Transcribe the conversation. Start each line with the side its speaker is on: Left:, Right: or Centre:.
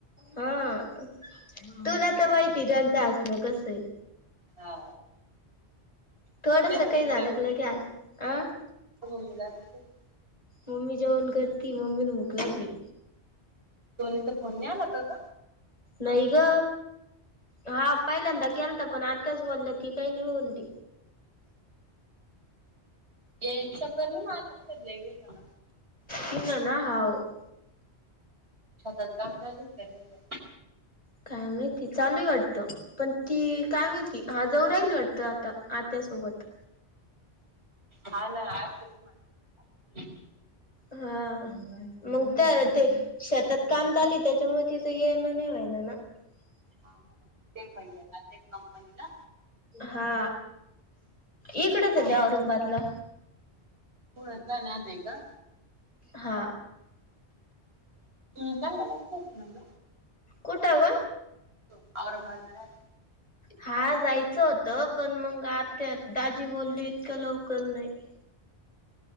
Left: हा तुला तर माहिती त्यांचं हसणं कस आहे.
Right: हा
Left: थोडस
Right: ते मम्मी
Left: काही झालंग
Right: काय करू राहिली?
Left: ल केस अं
Right: <unintelligible>
Left: मम्मी जेवण करती मम्मी ल भूक लागली.
Right: दोनीचा फोन मिळाला काग?
Left: नाही ग हा पहिल्यांदा केल तर पण आताच बोललं ती काही नाही बोलली
Right: या चकर नाही मारला त भले एक दिवसाला
Left: तन ना हाव <unintelligible>
Right: छतात काम चालूच का रंज
Left: काय माहिती? चालू आहे वाटतं पण ती काय माहिती हा जव राहिल वाटतं आता आत्यासोबत
Right: हा ना मा <unintelligible>
Left: हा मग त्या ते शेतात काम चाली त्याच्यामुळे तिचं येण नाहीेवा्हाय ना ना <inaudible>
Right: हा ते भैयाला ते कंपनीला
Left: हा इकडच
Right: फोन
Left: आहेेत औरंगाबादला
Right: होड नाताय का?
Left: हा
Right: हम्म <unintelligible>
Left: कुठ ग?
Right: <unintelligible>
Left: हा जायचं होतं पण मग आता दाजी बोलली इतकं लवकर नाही. <inaudible>